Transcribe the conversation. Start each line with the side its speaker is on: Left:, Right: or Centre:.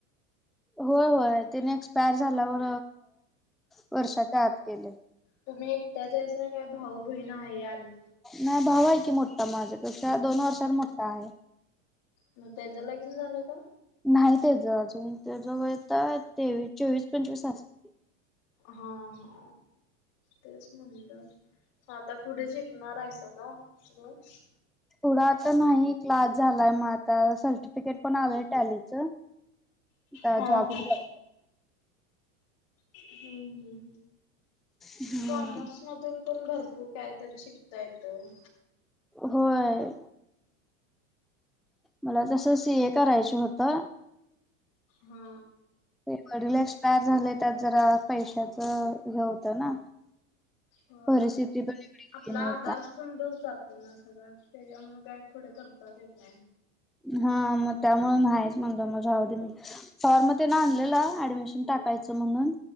Centre: होय होय तिने एक्सपायर झालावर वर्षाच्या आत केले.
Left: तुम्ही एक त्याचस काय भाऊ बहीण आहे आणि.
Centre: नाही भाव आहे की मोठा माझ्या पेक्षा दोन वर्षात मोठा आहे.
Left: मग त्याच्या लागेन झालं का.
Centre: नाही त्याच अजून त्या ज वय तर तेवीस चोवीस पंचवीस असत.
Left: हा हा तेच म्हणलं. आता पुढे शिकणारयचं का तुम्ही.
Centre: थोडा आता नाही क्लास झालाय मग आता सर्टिफिकेट पण आलंय टॅलीच. तर
Left: हा
Centre: ज
Left: हा
Centre: बघ.
Left: हम्म हम्म
Centre: हम्म
Left: कम. मधून पण भरपूर कायतरी शिकता येतं.
Centre: होय. मला तसं स ए करायच होतं.
Left: हा.
Centre: ते वडला एक्सपायर झालं त्यात जरा पैशाच हे होत ना.
Left: हो
Centre: परिस्थिती पण एवढी
Left: आपला
Centre: हे नाही
Left: आदार.
Centre: का
Left: समडोस जातो ना सगळं त्याच्या म काय पुढे करता येत नाहीय.
Centre: हा मग त्यामुळे नाहीच म्हणत मझ हव म. फॉर्म ते ना आणलेला ऍडमिशन टाकायचं म्हणून.